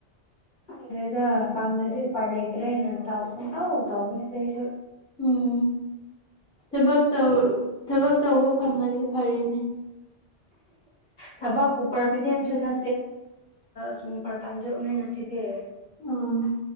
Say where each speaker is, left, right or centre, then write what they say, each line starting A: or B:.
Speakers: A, on the left; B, in the centre.
A: ꯑꯗꯨ꯭ꯔꯦꯗ ꯇꯝꯗꯗꯤ ꯎꯄꯥꯏ ꯂꯩꯗ꯭ꯔꯦ ꯅ ꯇ ꯎ ꯇꯧ ꯇꯧꯕꯅꯤꯗꯩꯁ
B: ꯎꯝ ꯊꯕ ꯊꯕꯛ ꯇꯧꯕ ꯐꯪꯉꯗꯤ ꯐꯔꯅꯦ
A: ꯊꯕꯛꯄꯨ ꯄꯔꯃꯤꯅꯦꯟꯁꯨ ꯅ ꯁꯣ ꯄꯔ ꯇꯖ ꯎ ꯅꯁꯤꯗꯤ
B: ꯎꯝ